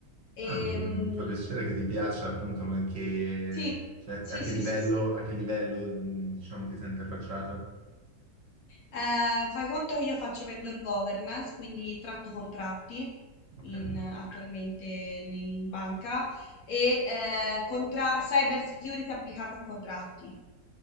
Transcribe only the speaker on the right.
ah, mi, mi fa piacere che ti piaccia appunto, ma che,
cioè,
a che
livello,
a che livello mh, diciamo ti sei interfacciata?
Ok,